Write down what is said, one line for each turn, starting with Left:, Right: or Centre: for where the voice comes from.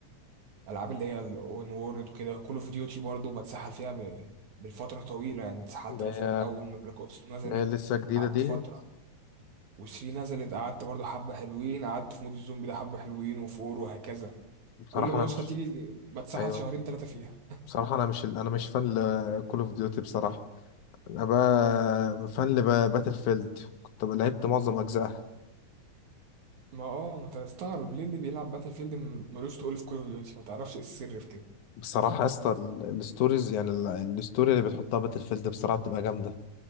Right: الالعاب اللي هي الاون وورلد وكده كول اوف ديوتي برضو بتسحل فيها ب... بالفتره طويله يعني اتسحلت
Left: اللي هي
Right: مثلا اول ما بلاك اوبس نزلت
Left: اللي هي لسه جديدة
Right: قعدت
Left: دي
Right: فتره وثري نزلت قعدت برضو حبة حلوين قعدت في مود الزومبي ده حبة حلوين وفور وهكذا
Left: بصراحة
Right: كل ما
Left: انا
Right: نسخة
Left: مش
Right: تيجي بتسحل
Left: ايوه
Right: شهرين ثلاثة فيها
Left: بصراحة انا مش انا مش فان لكول اوف ديوتي بصراحة انا بقى فان لباتل فيلد كنت بقى لعبت معظم اجزائها
Right: ما اه ما تستغرب ليه اللي بيلعب باتل فيلد م- ملوش تقول في كول اوف ديوتي ما تعرفش ايه السر في كده
Left: بصراحه يا اسطى ال- الستوريز يعني ال- الستوري اللي بتحطها باتل فيلد بصراحه بتبقى جامده